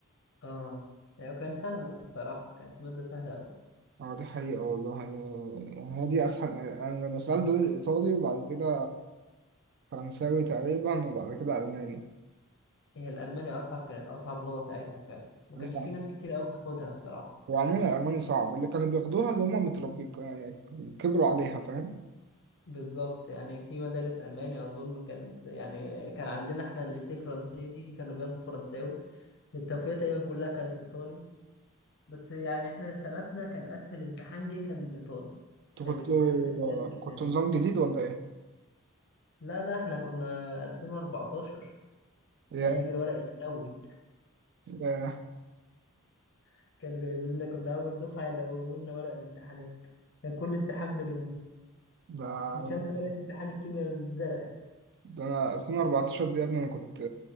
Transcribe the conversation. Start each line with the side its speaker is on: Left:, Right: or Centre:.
Left: اه يعني كان سهل الصراحه كانت ماده سهله قوي
Right: اه دي حقيقه والله يعني هي دي اسهل يعني لما سالت دول ايطالي وبعد كده فرنساوي تقريبا وبعد كده الماني
Left: هي الالماني اصعب كانت اصعب لغه ساعتها فعلا ما
Right: أيوة.
Left: كانش في ناس كتير قوي بتاخدها الصراحه
Right: وعموما الالماني صعب اللي كانوا بياخدوها اللي هم متربي يعني كبروا عليها فاهم
Left: بالظبط يعني في مدارس ألماني أظن كانت يعني كان عندنا احنا الليسيه فرنسي دي كانوا بياخدوا فرنساوي التوفيق تقريبا كلها كانت إيطالي بس يعني احنا سنتنا كان أسهل امتحان جه كان الإيطالي
Right: انتوا
Left: كان
Right: كنتوا
Left: الامتحان كان سهل جدا
Right: كنتوا نظام جديد ولا ايه؟
Left: لا لا احنا كنا 2014
Right: يا
Left: أيام الورق الأول
Right: يا
Left: <laughs> كانوا جايبين لنا كنا أول دفعة يلونوا لنا ورق الامتحانات كان كل امتحان بلون
Right: ده
Left: مش هنسى ورقة امتحان الكيمياء الزرقاء
Right: ده انا 2014 دي يا ابني انا كنت